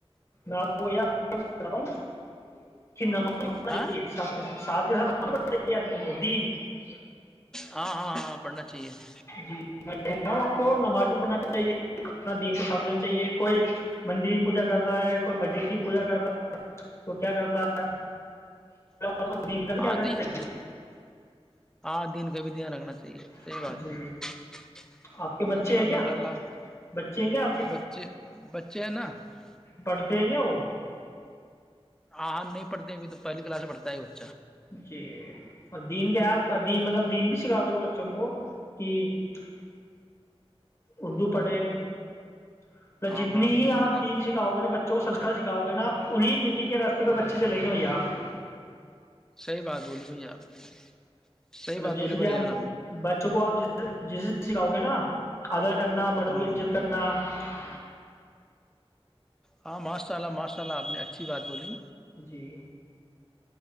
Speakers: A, on the left; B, in the centre.
A: ن بھیا <inaudible> <unintelligible>
B: ہاں
A: <inaudible> سات کے سات ساتھ کے ساتھ <unintelligible> آدمی کو دن <unintelligible>
B: ہاں ہاں ہاں پڑھنا چاہیے <unintelligible>
A: جی کو نماز بھی پڑھنا چاہیے اپنا دین کو ساتھ لینا چاہیے کوئی مندر کی پوجا کرتا ہے کوئی مسجد کی <unintelligible> پوجا کرتا ہے کو کیا کرتا ہے
B: <unintelligible>
A: آپ کو دین کا بھی کیا کرنا
B: چین
A: چاہیے جی آپ کے بچے ہیں کیا
B: <unintelligible>
A: بچے ہیں کیا آپ کے پڑھتے ہیں کیا وہ <unintelligible>
B: ہاں نہیں پڑتے ابھی تو پہلی کلاس میں پڑھتا ہے بچہ
A: جی اور دین کیا آپ دین مطلب دین بھی سکھا کروں بچوں کو کہ <unintelligible> اردو پاڑے <unintelligible>
B: ہاں
A: جتنی
B: ہاں
A: ہی
B: اردو
A: آپ
B: بھی دھیان،
A: دین سکھاؤ گے نا بچوں کو سنسکار سکھاؤ گے نا انہیں ن کی کیا راستے پہ بچے چلے گے ہوئی آپ کے
B: صحیح بات بولی بھائی آپ نے صحیح
A: مطلب
B: بات
A: جیسے
B: بولی
A: کہ آپ
B: جان
A: بچوں کو آپ جس جسے سے سکھاؤ گے نا اد <unintelligible> کرنا بڑوں
B: ہاں
A: کی عزت کرنا <unintelligible>
B: ہاں ماشاء اللہ ماشاء اللہ آپ نے اچھی بات بولی
A: جی